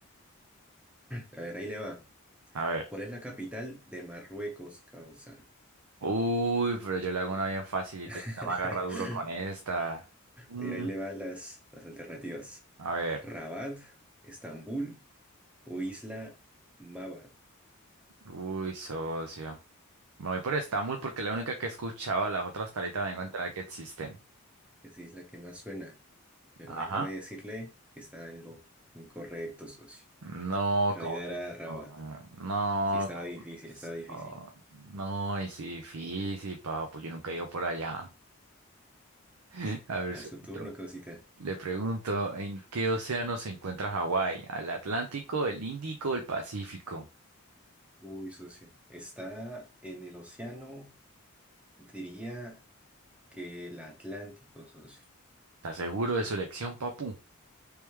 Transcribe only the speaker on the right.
A ver.
Uy, pero yo le hago una bien facilita,
usted me agarra duro con esta. Mm,
A ver,
uy, socio. Me voy por Estambul porque es la única que he escuchado, las otras hasta ahorita me vengo a enterar que existen.
Ajá.
No,
como que
esto,
no,
no, como
que esto,
no, no, es difícil, papu, yo nunca he ido por allá. <laughs> A ver,
socio,
le pregunto, ¿en qué océano se encuentra Hawái? ¿Al Atlántico, el Índico, o el Pacífico?
¿Estás seguro de su elección, papu?